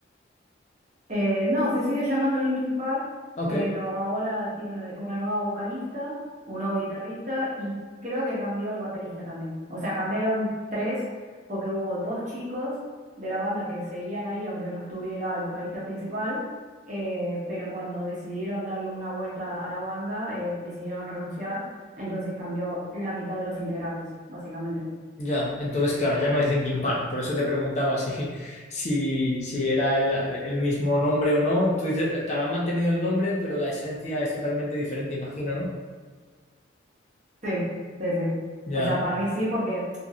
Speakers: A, on the right (about 40°); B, on the left (about 35°).
A: Eh, no, se sigue llamando Linkin Park,
B: Ok,
A: pero ahora tiene una nueva vocalista, un nuevo guitarrista y creo que cambió el baterista también. O sea, cambiaron tres porque hubo dos chicos de la banda que seguían ahí, aunque no estuviera el vocalista principal, eh, pero cuando decidieron darle una vuelta a la banda, eh, decidieron renunciar, entonces cambió la mitad de los integrantes, básicamente.
B: ya. Entonces, claro, ya no es Linkin Park. Por eso te preguntaba si, <laughs> si, si era el, el mismo nombre o no. Tú dices, claro, han mantenido el nombre, pero la esencia es totalmente diferente, imagino, ¿no?
A: Sí, sí, sí.
B: Ya.
A: O sea, para mí sí, porque...